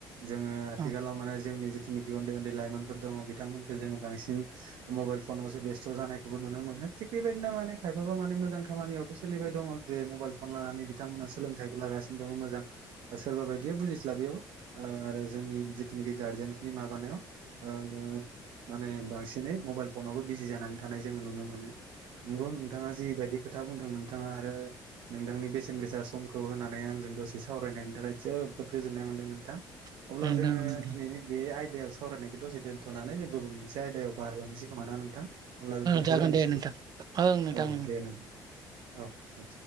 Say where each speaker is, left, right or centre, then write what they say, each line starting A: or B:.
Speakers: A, on the right; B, on the right.
A: जोङो आथिखालाव
B: ओं
A: माने जोंनि जिनाखि उन्दै उन्दै लाइमोनफोर दङ बिथांमोनखौ जोङो बांसिन मबाइल फनावसो बेस्थ' जानायखौबो नुनो मोनो। ओ थिग बेबायदिनो मे खायबाब मान मोज जां खामानियावथ' सोलिबाय दं जे मबेन फन लानानै बिथां मोना सोलोंथायबो लागासिनो‌ दं। मोजां सोरबाबा बायदि बुजिस्ला बैयाव ओ जोंनि जिथुनाखि गारजेनसनि माबानायाव ओ माने बांसिनै मबाइल फनावबो बिजि जानानै थानाय जोङो नुनो मोनो। नंगौ नोंथाङा जिबायदि खोथा बुंदों नोंथाङा आरो नोंथांनि बेसेन गोसा समखौ होनानै आंजों दसे सावरायनायनि थाखाय जोब जोबोद गोजोन्नाय मोनदों नोंथां
B: ओं
A: अब्ला जोङो
B: नोंथां नोंथां
A: दिनैनि बे आयद आयदायाव सावरायनायखौ दसे दोन्थ'नानै जों गुबुन मोनसे आयदायाव बारलांसै खोमा नोंथां? हब्ला जों दोनथ'लायनोसै
B: जागोन दे नोंथां ओं नोंथां
A: औ दे नोंथां। औ दे।